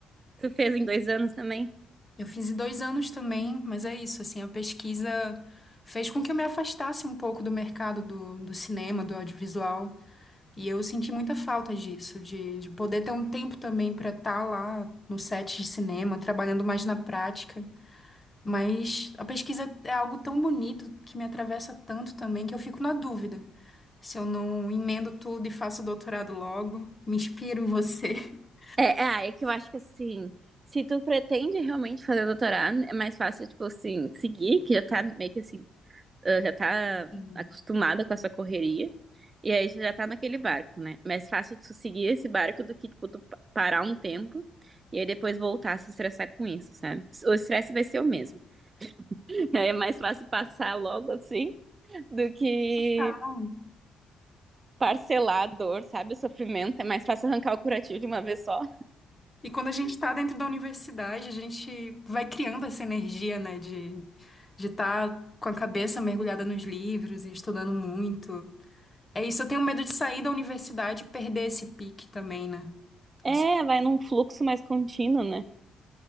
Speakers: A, on the right (about 35°); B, on the left (about 20°).
A: tu fez em dois anos também?
B: Eu fiz em dois anos também, mas é isso, assim, a pesquisa fez com que eu me afastasse um pouco do mercado do, do cinema, do audiovisual. E eu senti muita falta disso, de, de poder ter um tempo também para estar lá no set de cinema, trabalhando mais na prática. Mas a pesquisa é algo tão bonito que me atravessa tanto também que eu fico na dúvida se eu não emendo tudo e faço doutorado logo, me inspiro em você. <laughs>
A: É, é, ah, é que eu acho que assim, se tu pretende realmente fazer doutorado, é mais fácil, tipo assim, seguir, que já tá meio que assim, ah, já tá
B: Sim.
A: acostumada com essa correria. E aí você já tá naquele barco, né? É Mais fácil tu seguir esse barco do que, tipo, tu parar um tempo e aí depois voltar a se estressar com isso, sabe? O estresse vai ser o mesmo. <laughs> É mais fácil passar logo assim do que
B: Então,
A: parcelar a dor, sabe? O sofrimento. É mais fácil arrancar o curativo de uma vez só.
B: E quando a gente está dentro da universidade, a gente vai criando essa energia, né, de de estar com a cabeça mergulhada nos livros e estudando muito. É isso, eu tenho medo de sair da universidade e perder esse pique também, né?
A: É,
B: Esse-
A: vai num fluxo mais contínuo, né?